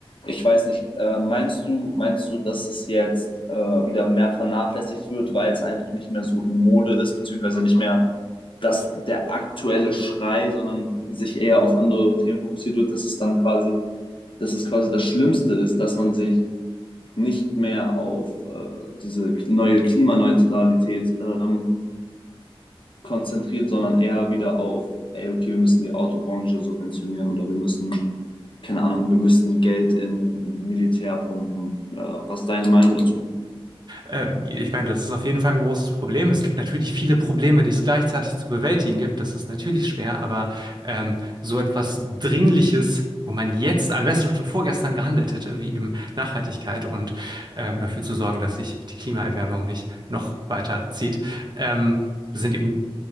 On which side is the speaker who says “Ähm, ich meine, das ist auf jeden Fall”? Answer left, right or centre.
Right